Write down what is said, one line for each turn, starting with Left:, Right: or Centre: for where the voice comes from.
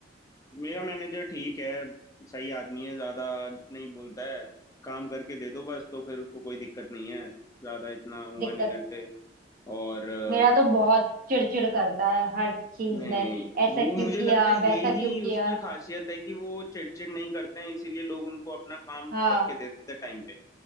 Left: मेरा मैनेजर ठीक है सही आदमी है ज्यादा नहीं बोलता है काम करके दे दो बस तो फिर उसको कोई दिक्कत नहीं है ज्यादा इतना हुआ
Right: दिक्कत
Left: नहीं करते
Right: नहीं है
Left: और अ,
Right: मेरा तो बहुत चिड़चिड़ करता है हर चीज
Left: नहीं नहीं
Right: में ऐसा
Left: वो
Right: क्यों
Left: मुझे
Right: किया
Left: लगता है
Right: वैसा
Left: यही
Right: क्यों किया
Left: उसकी खासियत है कि वो चिड़चिड़ नहीं करते हैं इसीलिए लोग उनको अपना काम
Right: हाँ
Left: करके दे देते टाइम पे